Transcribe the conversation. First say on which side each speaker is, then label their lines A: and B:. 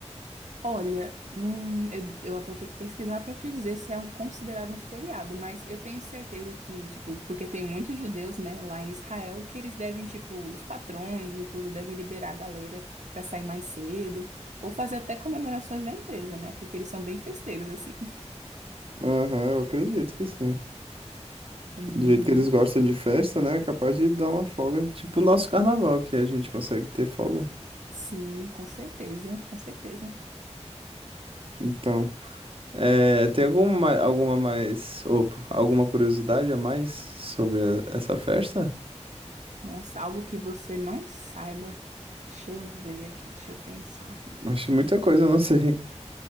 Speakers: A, on the right; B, on the right.
A: Olha, hum, eu, eu vou ter que pesquisar para te dizer se é um- considerado um feriado, mas eu tenho certeza que, tipo, porque tem muitos judeus, né, lá em Israel, que eles devem, tipo, os patrões e tudo devem liberar a galera para sair mais cedo, ou fazer até comemorações na empresa, né? Porque eles são bem festeiros, assim. <laughs>
B: Aham, eu acredito que sim.
A: São
B: Do
A: bem,
B: jeito
A: bem
B: que eles gostam
A: festeiros.
B: de festa, né? É capaz de dar uma folga, Tipo o nosso carnaval que a gente consegue ter folga.
A: Sim, com certeza, com certeza.
B: então. É, tem alguma, alguma mais, opa, alguma curiosidade a mais sobre a- essa festa?
A: Nossa, algo que você não saiba. Deixa eu ver aqui, deixa eu pensar.
B: Acho muita coisa, eu não sei.